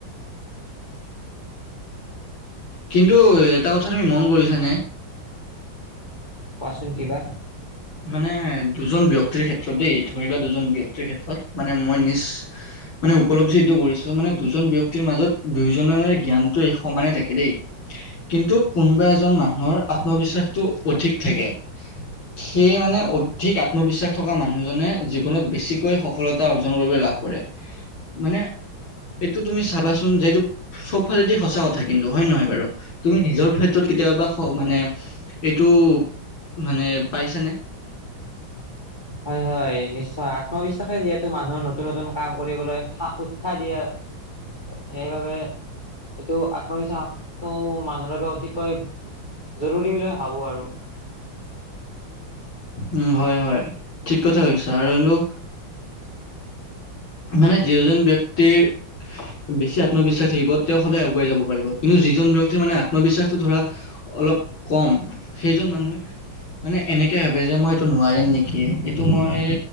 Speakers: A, on the left (about 80°); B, on the left (about 20°).
A: কিন্তু এটা কথা তুমি মন কৰিছানে?
B: কোৱাচোন কিবা।
A: মানে দুজন ব্যয়ক্তিৰ ক্ষেত্ৰত দেই ধৰি লোৱা দুজন ব্যয়ক্তিৰ ক্ষেত্ৰত মানে মই নিজ- মানে উপলব্ধি এইটো কৰিছোঁ। মানে দুজন ব্যক্তিৰ মাজত দুয়োজনে জ্ঞানটো এই সমানে থাকে দেই- কিন্তু কোনোবা এজন মানুহৰ আত্মবিশ্বাসটো অধিক থাকে। সেয়ে মানে অধিক আত্মবিশ্বাস থকা মানুহজনে জীৱনত বেছিকৈ সফলতা অৰ্জন কৰিবলৈ লাভ কৰে। মানে এইটো তুমি চাবাচোন যেটো চব ফালেদি সঁচা কথা কিন্তু। হয়ে নহয় বাৰু তুমি নিজৰ ক্ষেত্ৰত কেতিয়াবা মানে এইটো মানে- পাইছানে?
B: হয় হয় নিশ্চয় আত্মবিশ্বাসে যিহেতু মানুহৰ নতুন নতুন কাম কৰিবলৈ উৎসা উৎসাহ দিয়া- সেইবাবে এইটো আত্মবিশ্বাসটো মানুহৰ বাবে অতিকৈ। জৰুৰী বুলি ভাবোঁ আৰু।
A: উ হয় হয় ঠিক কথা কইছা আৰু নো। মানে যিজন ব্যক্তি। তিৰ বেছি আত্মবিশ্বাস থাকিব তেওঁ সদায় আগুৱাই যাব পাৰিব। কিন্তু যিজন ব্যয়ক্তিৰ মানে আত্মবিশ্বাসটো ধৰা অলপ কম সেইজন মানুহে। মানে এনেক। কে ভাবে যে মই এইটো নোৱাৰিম নেকি? এইটো মই